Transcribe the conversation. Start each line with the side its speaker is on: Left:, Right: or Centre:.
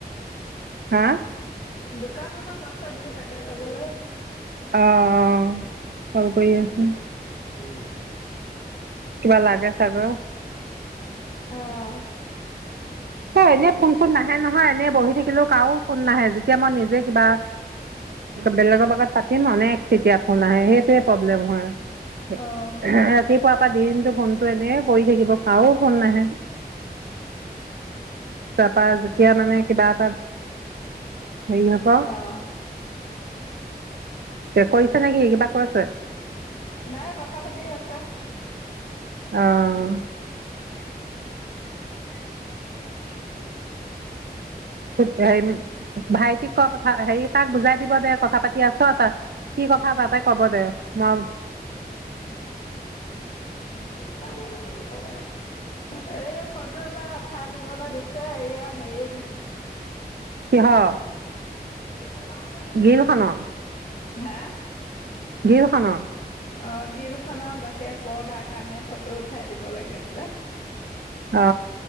Right: হা!
Left: দোকান অলপ আছে বোলো তাকে কবলৈ
Right: আহ! অ! <unintelligible> কৰি আছে
Left: উম!
Right: কিবা লাগে চাগৈ।
Left: আহ!
Right: সেই এনে ফোন-চোন নাহে নহয়, এনে বহি থাকিলো কাৰো ফোন নাহে, যেতিয়া মই নিজেই কিবা বেলেগৰ লগত পাতিম, অনেক তেতিয়া ফোন আহে সেইটোৱেই প্ৰব্লেম হয়। <unintelligible>
Left: অ'
Right: পুৱাৰ পৰা দিনটো ফোনটো এনেই পৰি থাকিব কাৰো ফোন নাহে। তাৰপা যেতিয়া মানে কিবা এটা হেৰি হ'ব
Left: আহ!
Right: কৰিছে নেকি, কিবা কৈছে?
Left: নাই কথা পাতি আছে।
Right: অঁ!
Left: <inaudible>
Right: হেৰি ভাইটিক কোৱা কথা হেৰি তাক বুজাই দিব দে কথা পাতি আছ তই কথা তাতে ক'ব দে মই
Left: এই নাই মই এনেই কৈছোঁ ঘৰতে আছোঁ। এই ফটো এটা উঠাই দিবলে দিছে এইয়া হেৰি উম
Right: কিহৰ
Left: কথা পা আ
Right: গ্ৰীলখনৰ
Left: হা
Right: গিলখনৰ
Left: অ গিলখনৰ বাহিৰে পৰ্দাৰ কাৰণে ফটো উঠাই দিব লাগে বোলে।
Right: অ